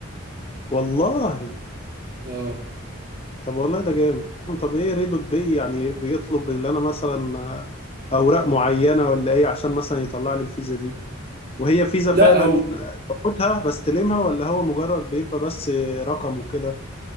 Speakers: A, on the left; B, on the right.
A: والله
B: اه
A: طب والله ده جامد طب ايه ريدوت بي يعني بيطلب اللي انا مثلا آه، اوراق معينة ولا ايه عشان مثلا يطلع لي الفيزا دي وهي فيزا
B: لا
A: فعلا
B: هو
A: باخدها بستلمها ولا هو مجرد بيبقى بس رقم وكده